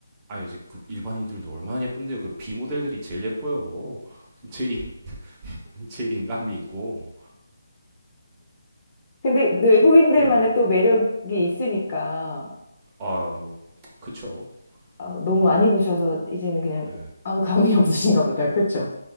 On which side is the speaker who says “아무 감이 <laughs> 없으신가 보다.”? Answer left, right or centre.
Left